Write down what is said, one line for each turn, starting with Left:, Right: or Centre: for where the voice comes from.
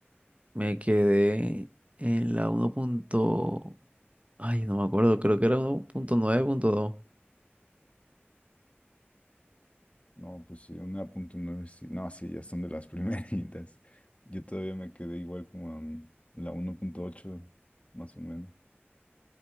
Right: Me quedé en la uno punto- Ay, no me acuerdo, creo que era 1.9.2.
Left: No, pues sí, una punto nueve, sí. No, sí, ya son de las <laughs> primeritas. Yo todavía me quedé igual como en la uno punto ocho más o menos.